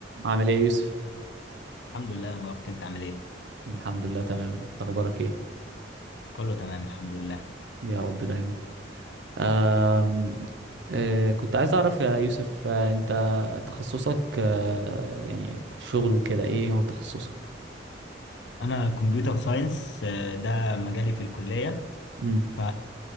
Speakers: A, on the right; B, on the left.
A: عامل ايه يا يوسف
B: الحمد لله يا مبارك انت عامل ايه؟
A: الحمد لله تمام إنت اخبارك ايه
B: كله تمام الحمد لله
A: يا رب دايما آم... آه... كنت عايز اعرف يا يوسف آه... انت تخصصك آه... يعني شغل وكده ايه هو تخصصك
B: انا كمبيوتر ساينس آه، ده مجالي في الكلية
A: امم
B: ف